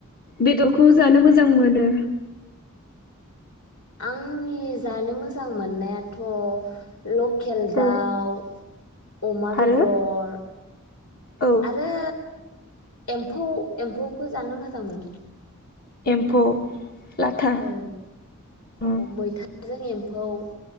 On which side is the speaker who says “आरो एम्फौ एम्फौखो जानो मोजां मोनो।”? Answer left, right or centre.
Left